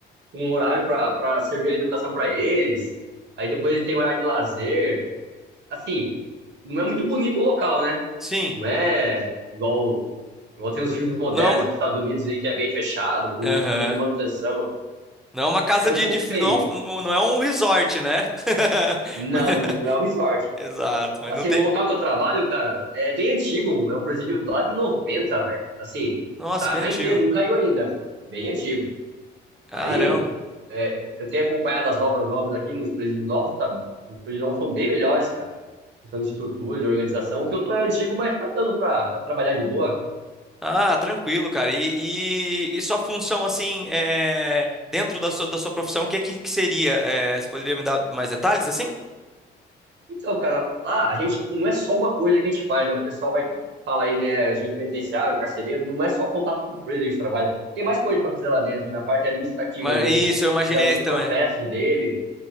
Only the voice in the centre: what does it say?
Sim,
não é uma,
Aham.
Não é uma casa
de,
de fi-
não, é um- um, não é um resort, né? <laughs>
Exato, mas
não tem.
Nossa,
bem
antigo.
Caramba.
Ah, tranquilo, cara. E, e, e sua função, assim, é, dentro da sua, da sua profissão, o que, que, que seria? É, você poderia me dar mais detalhes, assim?
Mas,
isso, eu imaginei
também.